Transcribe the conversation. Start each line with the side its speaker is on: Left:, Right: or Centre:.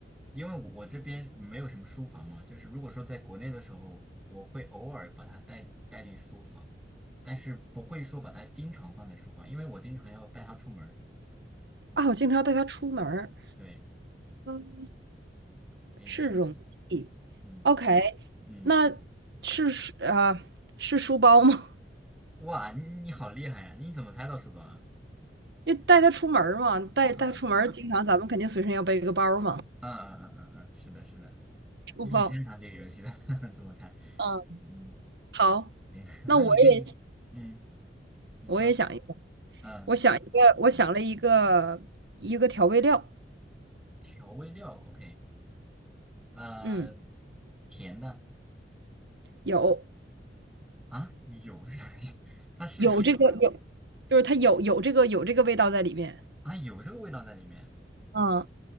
Centre: 因为我我这边没有什么书房嘛，就是如果说在国内的时候，我会偶尔把它带带进书房，但是不会说把它经常放在书房，因为我经常要带它出门儿
Right: 啊，我经常带它出门儿。
Centre: 对，
Right: 嗯，
Centre: 你也可以想一想
Right: 是容器。
Centre: 嗯
Right: OK，
Centre: 嗯，
Right: 那是呃是书包吗？
Centre: 哇，你你好厉害呀！你怎么猜到书包啊？
Right: 因为带他出门儿嘛，带带出门儿经常咱们肯定随身要背个包儿嘛，
Centre: 嗯嗯嗯嗯嗯嗯，是的，是的，
Right: 书包。
Centre: 你挺擅长这个游戏的，<laughs> 这么看，
Right: 嗯，
Centre: 嗯。
Right: 好，
Centre: 行，<laughs>
Right: 那我也
Centre: 那你可以，嗯，你说，
Right: 我也想一个，
Centre: 啊、你
Right: 我想一个，我想了一个一个调味料，
Centre: 调味料，OK，呃，
Right: 嗯，
Centre: 甜的
Right: 有
Centre: 啊，有是啥意思？<laughs> 它是甜的吗？
Right: 有有这个有，就是它有有这个有这个味道在里面，
Centre: 啊，有这个味道在里面，
Right: 嗯，